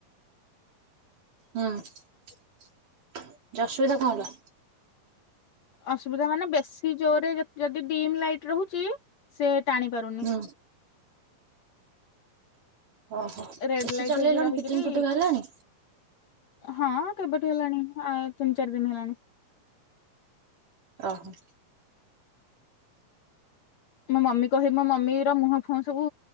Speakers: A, on the right; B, on the left.
A: ହୁଁ ଜେ ଅସୁବିଧା କଣ ହେଲା।
B: ଅସୁବିଧା ମାନେ ବେଶି ଜୋରରେ ଯଦି ଡିମ୍ ଲାଇଟ୍ ରହୁଚି ସେ ଟାଣି ପାରୁନି।
A: ହୁଁ ଓହୋ
B: ରେଡ୍
A: ଏସି
B: ଲାଇଟ୍
A: ଚଲେଇଲାଣି
B: ହେଇକି ରହିକିରି
A: ଫିଟିଙ୍ଗ ଫୁଟିଙ୍ଗ ହେଲାଣି।
B: ହଁ କେବାଟି ହେଲାଣି ଆ ତିନି ଚାରି ଦିନ ହେଲାଣି।
A: ଓହୋ।
B: ମୋ ମମି କହିବି ମୋ ମମି ର ମୁହଁ ଫୁହଁ ସବୁ